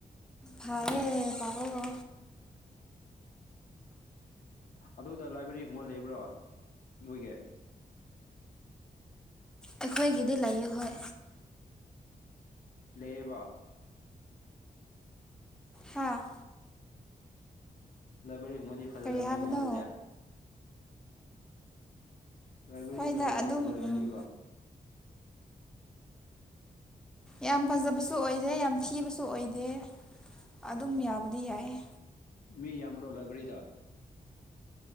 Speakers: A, in the centre; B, on the left.
A: ꯐꯔꯦ ꯄꯥꯍꯣꯍꯣ
B: ꯑꯗꯨꯗ ꯂꯥꯏꯕ꯭ꯔꯦꯔꯤꯒꯨꯝꯕ ꯂꯩꯕ꯭ꯔꯣ ꯅꯣꯏꯒꯤ
A: ꯑꯩꯈꯣꯏꯒꯤꯗꯤ ꯂꯩꯌꯦ ꯍꯣꯏ
B: ꯂꯩꯌꯦꯕ
A: ꯍꯥꯥ
B: ꯂꯥꯏꯕ꯭ꯔꯦꯔꯤꯒꯨꯝꯕꯗꯤ ꯐꯖꯔꯕꯅꯤꯅꯦ
A: ꯀꯔꯤ ꯍꯥꯏꯕꯅꯣ
B: ꯑꯗꯨꯗꯤ ꯂꯥꯏꯕ꯭ꯔꯦꯔꯤ
A: ꯍꯣꯏꯗ
B: ꯅꯣꯏꯒꯤꯗꯣ
A: ꯑꯗꯨꯝ
B: ꯐꯖꯔꯝꯅꯤꯕ
A: ꯎꯝ ꯌꯥꯝ ꯐꯖꯕꯁꯨ ꯑꯣꯏꯗꯦ ꯌꯥꯝ ꯊꯤꯕꯁꯨ ꯑꯣꯏꯗꯦ ꯑꯗꯨꯝ ꯌꯥꯕꯨꯗꯤ ꯌꯥꯏꯌꯦ
B: ꯃꯤ ꯌꯥꯝꯔꯣ ꯂꯥꯏꯕꯦꯔꯤꯗ